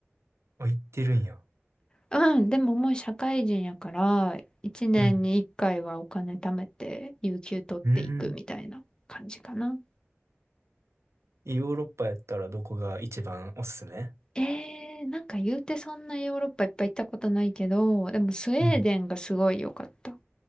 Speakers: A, on the right; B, on the left.
A: あ、行ってるんや。
B: うん、でももう社会人やから、一年に一回はお金貯めて、
A: うん。
B: 有給取っていくみたいな感じかな。
A: うーん。ヨーロッパやったらどこが一番おすすめ
B: えー、なんか言うてそんなヨーロッパいっぱい行ったことないけど、でもスウェーデンがすごい良かった。
A: うん。